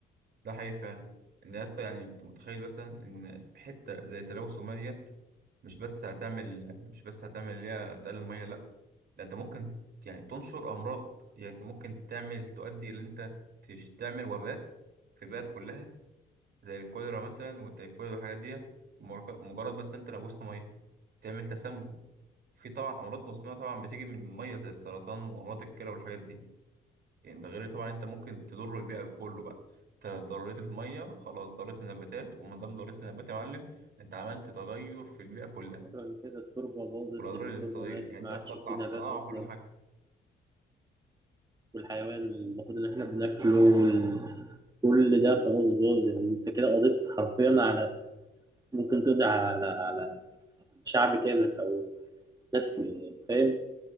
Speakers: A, on the right (about 55°); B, on the right (about 20°).
A: ده حقيقي فعلا إن يا اسطى يعني أنت متخيل مثلا إن حتة زي تلوث المياه ديت مش بس هتعمل مش بس هتعمل اللي هي تقلل المياه لأ ده أنت ممكن يعني تنشر أمراض يعني أنت ممكن تعمل تؤدي إلى إن أنت تش- تعمل وباء في البلد كلها زي الكوليرا مثلا والتيفويد والحاجات دي مجرد مجرد بس انت لبست ميه تعمل تسمم في طبعا امراض مزمنه طبعا بتيجي من الميه زي السرطان وامراض الكلى والحاجات دي يعني ده غير طبعا انت ممكن تضر البيئه كله بقى انت ضريت الميه خلاص ضريت النباتات وما دام ضريت النبات يا معلم انت عملت تغير في البيئه كلها
B: شكرا كده التربة باظت
A: والاضرار
B: التربة
A: الاقتصاديه
B: ماتت
A: يعني انت
B: ما عادش
A: اثرت
B: في
A: على
B: نبات
A: الصناعه
B: أصلا
A: وكل حاجه
B: والحيوان المفروض إن إحنا بناكله وال- كل ده خلاص باظ يعني أنت كده قضيت حرفيا على ممكن تقضي على على شعب كامل أو ناس فاهم